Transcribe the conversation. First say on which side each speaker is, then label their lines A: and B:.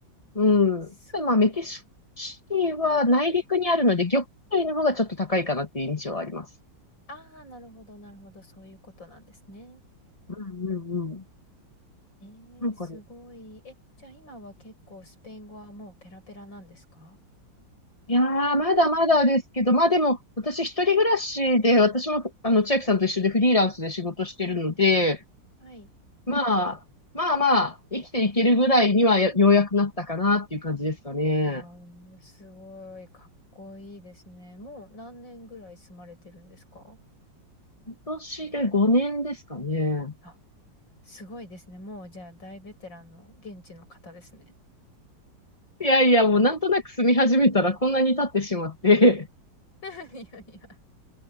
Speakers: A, on the left; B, on the left.
A: うん。
B: すごい。
A: ただまあ、メキシコシティは内陸にあるので、魚介類の方がちょっと高いかなっていう印象はあります。
B: ああ、なるほど、なるほど。そういうことなんですね。
A: うんうんうん。
B: ええすごい。
A: なんかね、
B: え、じゃあ今は結構スペイン語はもうペラペラなんですか
A: いやー、まだまだですけど、まあでも、私一人暮らしで、私も、あの、千秋さんと一緒でフリーランスで仕事してるので、
B: はい。
A: まあ、まあまあ、生きていけるぐらいにはやようやくなったかなっていう感じですかね。
B: わあ、すごい、かっこいいですね。もう何年ぐらい住まれてるんですか
A: 今年で5年ですかね。
B: あ、すごいですね。もうじゃあ大ベテランの現地の方ですね。
A: いやいや、もうなんとなく住み始めたらこんなに経ってしまって。
B: <laughs> いやいや。